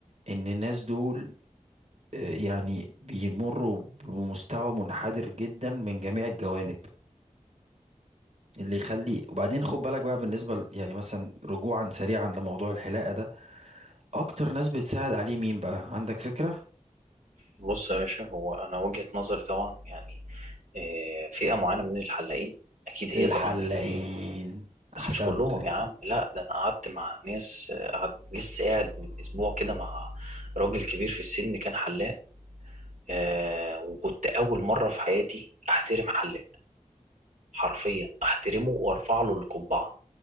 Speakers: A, on the right (about 55°); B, on the right (about 80°).
A: ان الناس دول آه، يعني بيمروا بمستوى منحدر جدا من جميع الجوانب اللي يخلي وبعدين خد بالك بقى بالنسبة ل- يعني مثلا رجوعا سريعا لموضوع الحلاقة ده اكتر ناس بتساعد عليه مين بقى عندك فكرة
B: بص يا باشا هو انا وجهة نظري طبعا يعني آه، فئة معينة من الحلاقين اكيد
A: الحلاقين
B: هي طبعا اللي إيه؟ بس
A: احسنت
B: مش كلهم يا عم لا ده انا قعدت مع ناس آه، قعدت لسه قاعد من اسبوع كده مع راجل كبير في السن كان حلاق آه وكنت اول مره في حياتي احترم حلاق حرفيا احترمه وارفع له القبعه